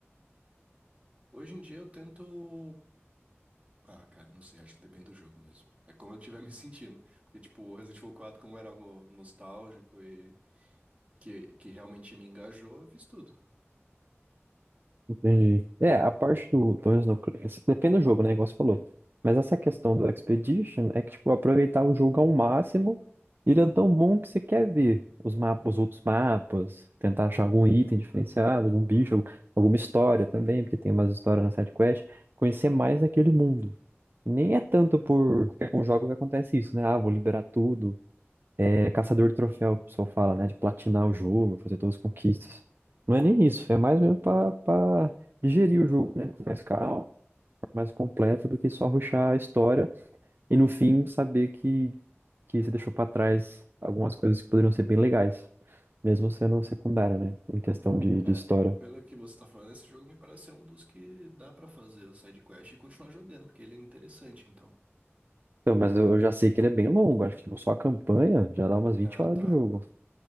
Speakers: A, on the right; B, on the right.
A: hoje em dia eu tento. Ah, cara, não sei, acho que depende do jogo mesmo. É como eu estiver <laughs> me sentindo. Porque, tipo, o Resident Evil quatro, como era algo nostálgico e que, que realmente me engajou, eu fiz tudo.
B: Entendi. É, a parte do, pelo menos no, isso depende do jogo, né, igual você falou. Mas essa questão do Expedition é que, tipo, aproveitar o jogo ao máximo, ele é tão bom que você quer ver os mapas, os outros mapas, tentar achar algum item diferenciado, algum bicho, algum- alguma história também, porque tem umas histórias na side quest, conhecer mais daquele mundo. E Nem é tanto por, porque com jogos acontece isso, né? Ah, vou liberar tudo, é caçador de troféu, o pessoal fala, né? De platinar o jogo, fazer todas as conquistas. Não é nem isso, é mais mesmo pra, pra digerir o jogo, né? com Mais calmo, mais completo do que só rushar a história e no fim saber que, que você deixou pra trás algumas coisas que poderiam ser bem legais, mesmo sendo secundário, né? Em questão de, de
A: É,
B: história.
A: pelo que você tá falando, esse jogo me parece ser um dos que dá pra fazer o sidequest e continuar jogando, porque ele é interessante, então.
B: Então, mas eu já sei que ele é bem longo, acho que tipo, só a campanha já dá umas vinte
A: Ah,
B: horas
A: tá.
B: de jogo.